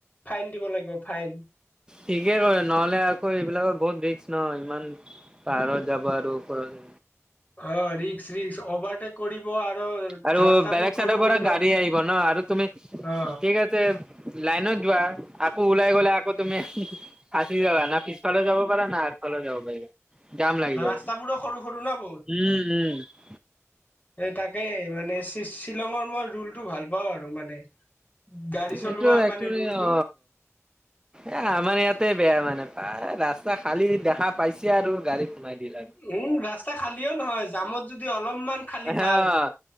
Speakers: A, on the left (about 35°); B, on the right (about 15°).
A: ফাইন দিব লাগিব ফাইন
B: ঠিকে কৰে নহলে আকৌ এইবিলাকৰ বহুত ৰিক্স ন ইমান পাহাৰত যাব আৰু ওপৰত
A: অ ৰিক্স ৰিক্স অভাৰটেক কৰিব আৰু
B: আৰু
A: ৰাস্তাবোৰ
B: বেলেগ চাইডৰ
A: সৰু
B: পৰা
A: সৰু
B: গাড়ী
A: ন
B: আহিব ন আৰু তুমি
A: অ
B: ঠিক আছে লাইনত যোৱা আকৌ ওলাই গলে তুমি ফাঁচি যাবা না পিছফালে যাব পাৰা ন হাতফালে যাব পাৰিবা <unintelligible> লাগি
A: ৰাস্তাবোৰো
B: যাব
A: সৰু সৰু ন বহুত
B: উম উম
A: এ তাকে মানে শ্বিলঙৰ মই ৰোলটো ভাল পাওঁ আৰু মানে গাড়ী চলোৱা
B: এইটো একচলি
A: মানে ৰুলটো
B: অ এ আমাৰ ইয়াতে বেয়া মানে প্ৰায় ৰাস্তা খালী দেখা পাইছে আৰু গাড়ী সোমাই দিলে
A: উম ৰাস্তা খালিও নহয় জামত যদি অলপমান খালী
B: আৰু
A: বাল
B: অ